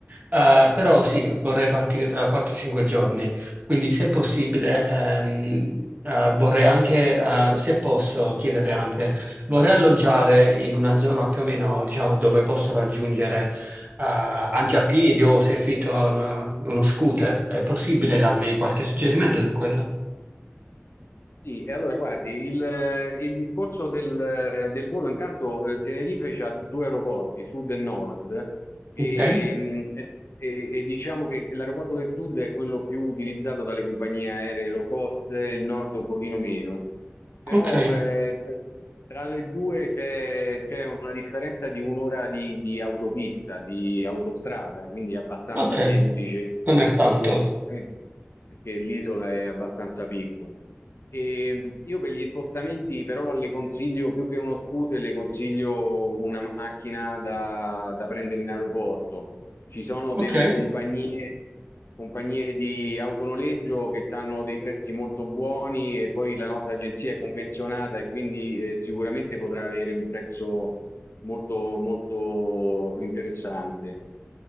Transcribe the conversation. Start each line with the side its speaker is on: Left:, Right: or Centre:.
Right: eh, però sì, vorrei partire tra 4-5 giorni. Quindi, se possibile, ehm, eh, vorrei anche, eh, se posso chiedere anche, vorrei alloggiare in una zona più o meno, diciamo, dove posso raggiungere, eh, anche a piedi o se affitto un- uno scooter. È possibile darmi qualche suggerimento su quello?
Left: Sì, e allora guardi, il, il discorso del, del volo, intanto eh, Tenerife ha due aeroporti, sud e nord, e,
Right: Ok?
Left: mh, e- e diciamo che l'aeroporto del sud è quello più utilizzato dalle compagnie aeree low cost, il nord un pochino meno, però
Right: Ok,
Left: eh, tra le due c'è c'è una differenza di un'ora di, di autopista, di autostrada, quindi è abbastanza
Right: ok,
Left: semplice
Right: non è tanto.
Left: anche lo spostamento, perché l'isola è abbastanza piccola. E io per gli spostamenti però le consiglio più che uno scooter, le consiglio una macchina da, da prendere in aeroporto. Ci sono
Right: Ok,
Left: delle compagnie, compagnie di autonoleggio che hanno dei prezzi molto buoni e poi la nostra agenzia è convenzionata e quindi eh, sicuramente potrà avere un prezzo molto, molto interessante.